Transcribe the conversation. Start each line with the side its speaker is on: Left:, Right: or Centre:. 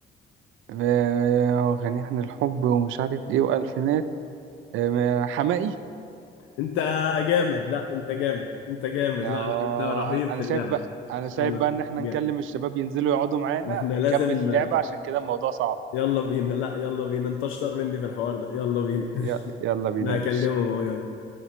Right: آه... غني عن الحب ومش عارف إيه وألفينات آه... م- حماقي
Left: أنت جامد لا أنت جامد أنت جامد
Right: ده
Left: لا
Right: آه،
Left: لا أنت رهيب
Right: انا
Left: في
Right: شايف
Left: اللعب
Right: بقى انا شايف
Left: لا لا
Right: بقى ان احنا
Left: جامد
Right: نكلم الشباب ينزلوا يقعدوا معانا
Left: احنا
Right: ونكمل
Left: لازم
Right: اللعبة
Left: آه،
Right: عشان كده الموضوع صعب
Left: يلا بينا لا يلا بينا أنت أشطر مني في الحوار ده يلا بينا
Right: ي-
Left: <laughs>
Right: يلا بينا
Left: أنا
Right: يا
Left: هكلمهم
Right: باشا
Left: أهو يلا